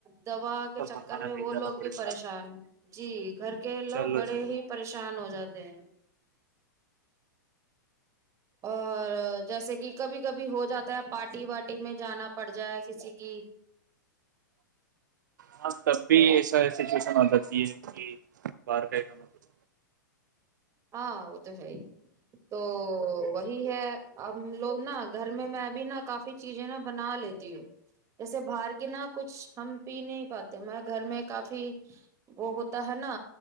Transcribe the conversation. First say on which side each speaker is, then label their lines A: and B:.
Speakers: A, on the right; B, on the right.
A: دوا کے
B: سفر
A: چکر
B: کھانا
A: میں
B: نہیں
A: وہ
B: جانا
A: لوگ
B: پڑے
A: بھی پریشان
B: گا
A: جی گھر کے
B: ان
A: لوگ
B: شاء اللہ
A: بڑے
B: ضرور
A: ہی پریشان ہو جاتے ہیں اور جیسے کہ کبھی کبھی ہو جاتا ہے پارٹی وارٹی میں جانا پڑ جائے کسی کی
B: ہاں تب بھی ایسا سچویشن ہو جاتی ہے کہ بار گ جانا کھ
A: ہاں وہ تو ہے ہی تو وہی ہے ہم لوگ نا گھر میں میںب نا کافی چیزیں نا بنا لیتی ہوں جیسے باہر کے نہا کچھ ہم پی نہیں پاتے میں گھر میں کافی وہ ہوتا ہے نا